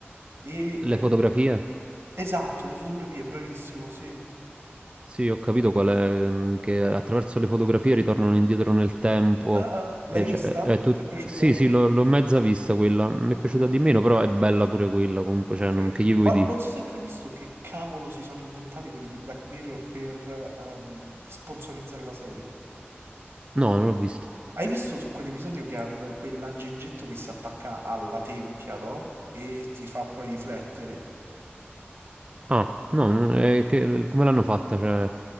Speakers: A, on the right (about 75°); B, on the right (about 25°).
A: e...
B: Le
A: eh,
B: fotografie?
A: esatto, le fotografie, bravissimo, sì.
B: Sì, ho capito qual è, mm, che attraverso le fotografie ritornano indietro nel tempo.
A: Ah, ah, l'hai
B: e
A: vista?
B: cioè, è tut-
A: Ti è piaciuta?
B: Sì, sì, l'ho l'ho mezza vista quella. Mi
A: Ok.
B: è piaciuta di meno, però è bella pure quella. Comunque,
A: Ok,
B: cioè, non... che gli vuoi
A: ma
B: dire?
A: non so se tu hai visto che cavolo si sono inventati quelli di Black Mirror per ehm, sponsorizzare la serie.
B: No, non l'ho vista.
A: Hai visto su quell'episodio che hanno quell'aggeggetto che si attacca alla tempia, no? E ti fa poi riflettere.
B: Ah, no, non- è che- come l'hanno fatta? Cioè...